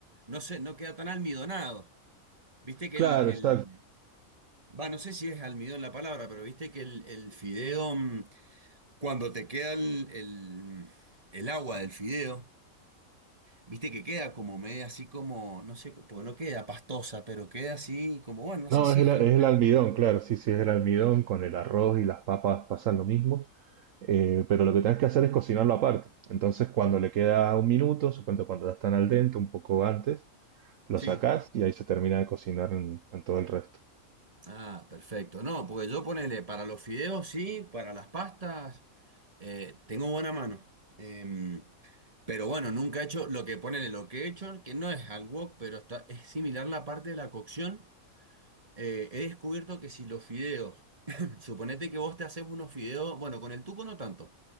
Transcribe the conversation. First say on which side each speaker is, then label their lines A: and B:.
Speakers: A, on the right; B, on the right.
A: no sé, no queda tan almidonado. Viste que
B: claro,
A: el, el,
B: exacto.
A: va, no sé si es almidón la palabra, pero viste que el, el fideo, mm, cuando te queda el, el, mm, el agua del fideo, viste que queda como media así como, no sé, porque no queda pastosa, pero queda así como, bueno, no
B: No,
A: sé si
B: es el,
A: es
B: es
A: almidón.
B: el almidón, claro, sí, sí, es el almidón,
A: Ajá.
B: con el arroz y las papas pasan lo mismo, eh, pero lo que tenés que hacer es cocinarlo aparte. Entonces, cuando le queda un minuto, supongo cuando ya están al dente, un poco antes, lo
A: Sí.
B: sacás y ahí se termina de cocinar en, en todo el resto.
A: Ah, perfecto. No, porque yo ponele para los fideos, sí, para las pastas, eh, tengo buena mano. Em, pero bueno, nunca he hecho lo que ponele, lo que he hecho, que no es al wok, pero está, es similar la parte de la cocción. Eh, he descubierto que si los fideos, <coughs> <clears throat> suponete que vos te haces unos fideos, bueno, con el tuco no tanto,